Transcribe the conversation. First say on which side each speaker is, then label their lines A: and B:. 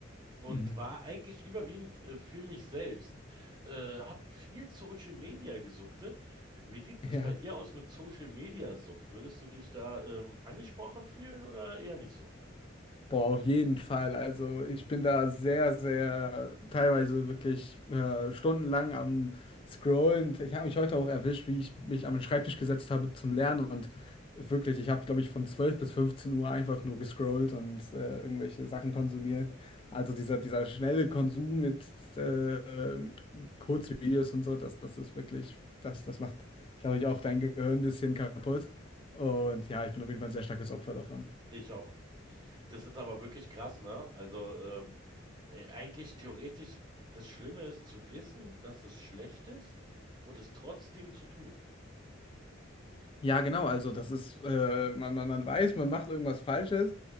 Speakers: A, on the right (about 20°); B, on the left (about 25°).
A: und
B: Mhm.
A: war eigentlich überwiegend äh, für mich selbst. Äh, hab viel Social Media gesuchtet. Wie sieht
B: <laughs>
A: es
B: Ja.
A: bei dir aus mit Social Media Sucht? Würdest du dich da ähm, angesprochen fühlen oder eher nicht so?
B: Boah, auf jeden Fall. Also ich bin da sehr, sehr teilweise wirklich äh, stundenlang am Scrollen. Ich habe mich heute auch erwischt, wie ich mich am Schreibtisch gesetzt habe zum Lernen. Und wirklich, ich habe, glaube ich, von 12 bis 15 Uhr einfach nur gescrollt und äh, irgendwelche Sachen konsumiert. Also dieser, dieser schnelle Konsum mit äh, Kurzvideos und so, das, das ist wirklich, das, das macht, glaube ich, auch dein Gehirn ein bisschen kaputt. Und ja, ich bin auf jeden Fall ein sehr starkes Opfer davon.
A: Ich auch. Das ist aber wirklich krass, ne? Also ähm, äh, eigentlich theoretisch das Schlimme ist zu wissen, dass es schlecht ist und es trotzdem zu tun.
B: Ja, genau, also das ist, äh, man, man, man weiß, man macht irgendwas Falsches,